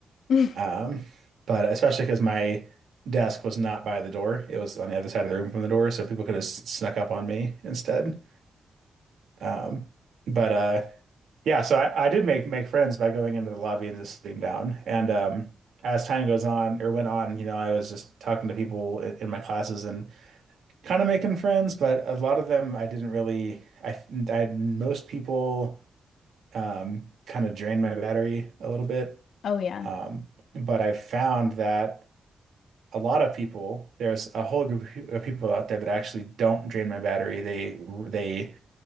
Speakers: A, on the left; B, on the right.
A: <laughs>
B: Um, but especially because my desk was not by the door, it was on the other side of the room from the door, so people could have s- snuck up on me instead. Um, but uh, yeah, so I, I did make make friends by going into the lobby and just sitting down. And um, as time goes on or went on, you know, I was just talking to people in, in my classes and kind of making friends, but a lot of them I didn't really. I, I most people um, kind of drained my battery a little bit.
A: Oh yeah.
B: Um, but I found that. a lot of people, there's a whole group of people out there that actually don't drain my battery. They they